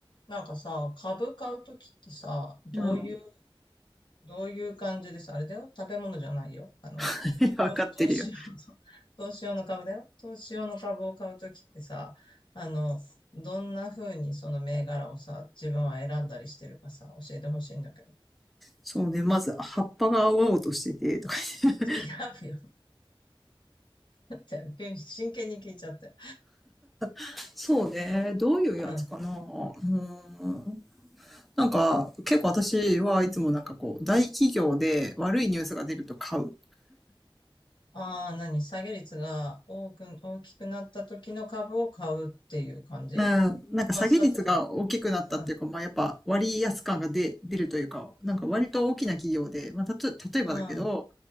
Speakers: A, on the left; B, in the centre.
A: なんかさ、株買うときってさ、どういう、
B: うん。
A: どういう感じでさ、あれだよ。食べ物じゃないよ。あの、
B: <laughs> わかってるよ。
A: 投資投資用の、<laughs> 投資用の株だよ。投資用の株を買うときってさ、あの、どんな風にその銘柄をさ、自分は選んだりしてるかさ、教えてほしいんだけど。
B: そうね。まず、葉っぱが青々としてて、とか言って
A: 違うよ。だって、急に真剣に聞いちゃって。
B: <laughs> そうね。どういうやつかな。
A: うん。うん。
B: うーん。なんか、結構私はいつもなんかこう、大企業で悪いニュースが出ると買う。
A: ああ、何下げ率が多く、大きくなった時の株を買うっていう感じ
B: うん。なんか下げ率が大きくなったっていうか、
A: まあ、だってさ、うん、
B: まあやっぱ割安感が出、出るというか、なんか割と大きな企業で、まあたと、例えばだけど、
A: うん、